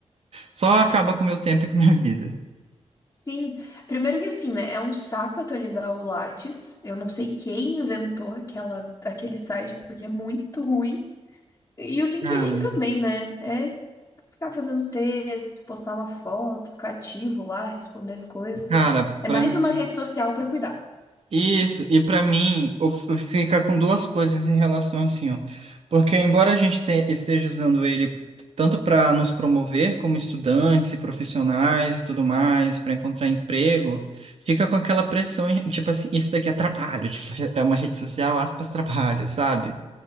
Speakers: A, on the right; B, on the left.
A: só acaba com o meu tempo e com a minha vida.
B: sim. Primeiro que assim, né? É um saco atualizar o Lattes. Eu não sei quem inventou aquela, aquele site, porque é muito ruim. E o LinkedIn
A: Cara,
B: também, né? É ficar fazendo texto, postar uma foto, ficar ativo lá, responder as coisas.
A: cara,
B: É
A: para
B: mais
A: mim.
B: uma rede social para cuidar.
A: Isso, e para mim o- o- fica com duas coisas em relação assim, ó. Porque embora a gente te- esteja usando ele tanto para nos promover como estudantes e profissionais e tudo mais, para encontrar emprego, fica com aquela pressão, em- tipo assim, isso daqui é trabalho, tipo, re- é uma rede social, aspas, trabalho, sabe?